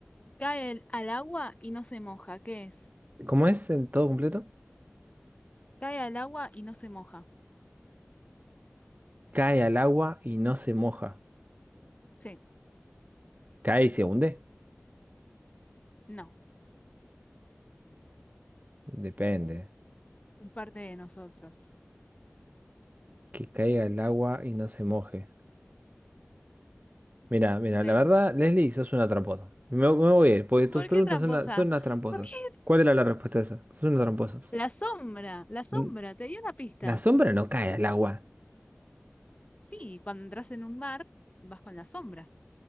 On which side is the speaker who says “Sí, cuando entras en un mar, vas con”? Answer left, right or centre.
Left